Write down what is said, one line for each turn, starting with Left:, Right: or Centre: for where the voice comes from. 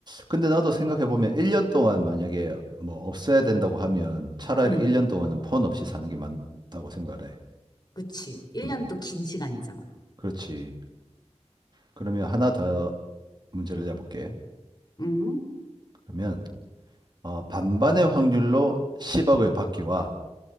Right: 근데 나도 생각해보면 1년 동안 만약에 뭐 없애야 된다고 하면 차라리
Left: 응,
Right: 1년 동안은 폰 없이 사는 게 맞다고 생각을 해.
Left: 그치. 1년
Right: 음,
Left: 또 긴 시간이잖아.
Right: 그렇지. 그러면 하나 더 문제를 내볼게.
Left: 응?
Right: 그러면, 어, 반반의 확률로 10억을 받기와